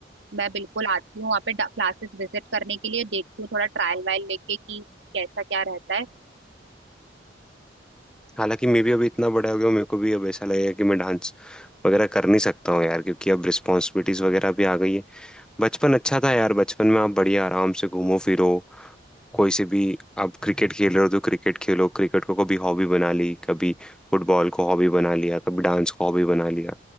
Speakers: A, on the right; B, in the centre.
A: मैं बिल्कुल आती हूँ वहाँ पे क्लासेस विजिट करने के लिए देखती हूँ थोड़ा ट्रायल वायल लेके कि कैसा क्या रहता है
B: हालांकि मैं भी अभी इतना बड़ा हो गया हूँ मेरे को भी अब ऐसा लगेगा कि मैं डांस वगैरह कर नहीं सकता हूँ यार क्योंकि अब रिस्पॉन्सिबिलिटीज़ वगैरह भी आ गई है बचपन अच्छा था यार बचपन में आप बढ़िया आराम से घूमो फिरो कोई से भी आप क्रिकेट खेल रहे हो तो क्रिकेट खेलो क्रिकेट को कभी हॉबी बना ली कभी फुटबॉल को हॉबी बना लिया कभी डांस को हॉबी बना लिया